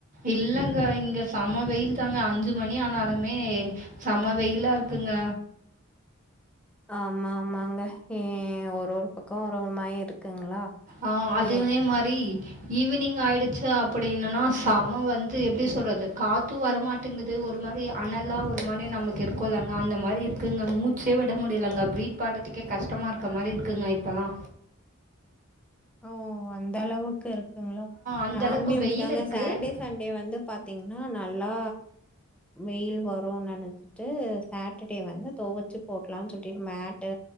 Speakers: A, on the right; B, in the centre.
A: இல்லங்க இங்க செம வெயில் தாங்க அஞ்சு மணி ஆனாலுமே செம்ம வெயிலா இருக்குங்க
B: ஆமா ஆமாங்க ஏ ஒவ்வொரு பக்க ஒவ்வொரு மாரி இருக்குங்களா
A: ஆ அதுவே
B: ஏன்?
A: மாரி ஈவினிங் ஆயிடுச்சு அப்டின்னன்னா செம வந்து எப்டி சொல்றது காத்து வரமாட்ட ட்டுங்கது ஒரு மாதிரி அனலா ஒரு மாதிரி நமக்கு இருக்கோலங்க அந்த மாதிரி இருக்குங்க மூச்சே விட முடிலங்க ப்ரீத் பாடுறதுக்கே கஷ்டமா இருக்க மாதிரி இருக்குங்க இப்பல்லா
B: ஓ அந்த அளவுக்கு இருக்குங்கலா
A: அந்த
B: நானுமே
A: அளவுக்கு
B: அப்டிதாங்க
A: வெயில் இருக்குது
B: சாட்ட்டே சண்டே வந்து பாத்தீங்கன்னா நல்லா வெயில் வரும்னு நெனைச்சிட்டு சாட்டர்டே வந்து துவுவச்சு போட்டலாம்னு சொல்லிட்டு மேட்டு